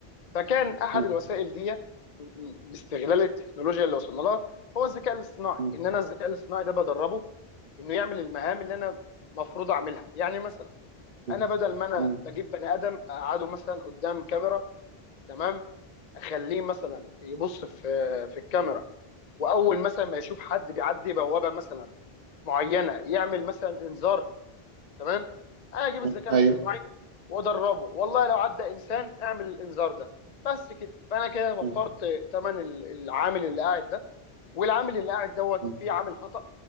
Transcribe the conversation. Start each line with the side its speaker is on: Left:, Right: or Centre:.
Left: فكان احد
Right: مم.
Left: الوسائل ديت باستغلال التكنولوجيا اللي وصلنا لها هو الذكاء الاصطناعي
Right: مم.
Left: ان انا الذكاء الاصطناعي ده بدربه انه يعمل المهام اللي انا مفروض اعملها يعني مثلا
Right: مم.
Left: انا بدل ما انا
Right: مم.
Left: بجيب بني ادم اقعده مثلا قدام كاميرا تمام اخليه مثلا يبص في في الكاميرا واول مثلا ما يشوف حد بيعدي بوابه مثلا معينه يعمل مثلا انذار تمام انا اجيب
Right: مم.
Left: الذكاء
Right: ايوه
Left: الاصطناعي وادربه والله لو عدى انسان اعمل الانذار ده بس كده فانا كده وفرت
Right: مم.
Left: ثمن العامل اللي قاعد ده والعامل اللي قاعد دوت
Right: مم.
Left: فيه عامل خطأ